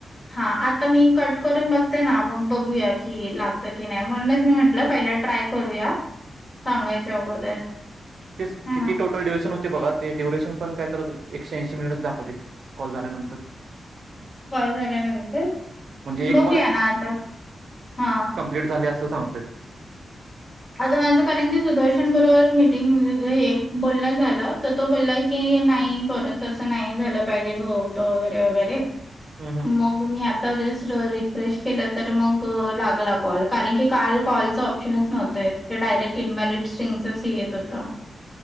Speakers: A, on the left; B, on the right.
A: हा आता मी कट करून बघते ना मग बघूया की लागतं की नाय म्हणूनच मी म्हटलं पहिला ट्राय करूया सांगायच्या अगोदर
B: तेच
A: है
B: किती
A: ना
B: टोट ड्युरेशन होतेय बघा ते ड्यूरेयशन पण काय तर एकशे ऐंशी मिनिट दाखवते कॉल झाल्यानंतर.
A: कॉल झाल्यानंतर
B: म्हणजे एक
A: बघूया ना आता हा
B: लेट झालय असं सांगतोय.
A: आता माझं कारण की सुदर्शन बरोबर मीटिंग हे बोलणं झालं तर तो बोलला की नाही करून तसं नाही झालं पाहिजे होत वगैरे वगैरे
B: हूं हूं
A: मग मी आता जस्ट रिफ्रेश केलं तर मग लागला कॉल कारण की काल कॉलच ऑप्शनच नव्हत. ते डायरेक्ट इन्व्हेलिड सिंगच येते होतं.